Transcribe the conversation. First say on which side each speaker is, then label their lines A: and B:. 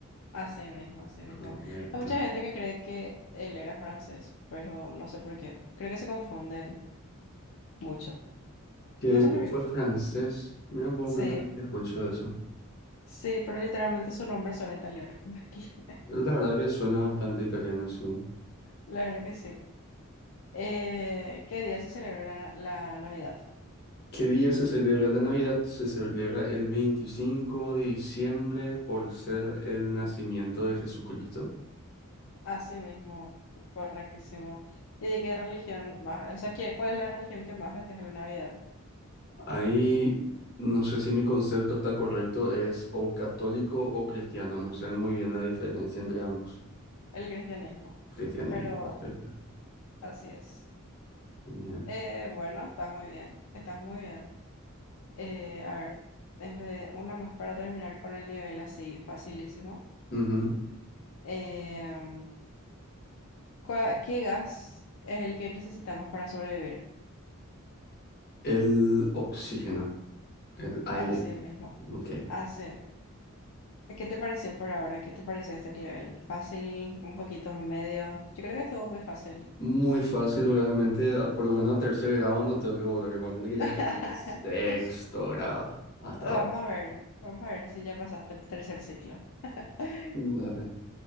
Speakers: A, on the left; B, on the left.
A: Así mismo, así
B: Correcto.
A: mismo. Hay mucha gente que cree que él era francés, pero no sé por qué. Creo que se confunden mucho.
B: Que,
A: No sé
B: que
A: por qué.
B: fue francés. Mira un poco
A: Sí,
B: primero que escucho eso.
A: sí, pero literalmente su nombre suena italiano. <laughs>
B: La verdad que suena bastante italiano, sí.
A: La verdad que sí. Eh, ¿qué día se celebra la, la Navidad?
B: ¿Qué día se celebra la Navidad? Se celebra el 25 de diciembre por ser el nacimiento de Jesucristo.
A: Así mismo, correctísimo. ¿Y de qué religión más? O sea, ¿qué, cuál es la religión que más festeja la Navidad?
B: Ahí no sé si mi concepto está correcto, es o católico o cristiano, no sé muy bien la diferencia entre ambos.
A: El cristianismo.
B: Cristianismo,
A: Pero
B: perfecto.
A: así es.
B: Genial.
A: Eh, bueno, estás muy bien, estás muy bien. Eh, a ver, empe- una más para terminar con el nivel así, facilísimo.
B: Ujú.
A: Em, ¿cuá- ¿qué gas es el que necesitamos para sobrevivir?
B: El oxígeno, el aire.
A: Así mismo.
B: Ok. Eh,
A: Así. ¿Qué te pareció por ahora? ¿Qué te pareció este nivel? ¿Fácil? ¿Un poquito medio? Yo creo que estuvo muy fácil.
B: muy fácil realmente, a- por lo menos a tercer grado no tengo que volver, bueno, que ya
A: <laughs>
B: estoy en sexto grado hasta ahora.
A: Vamos a ver, vamos a ver si ya pasaste el tercer ciclo. <laughs>
B: Dale,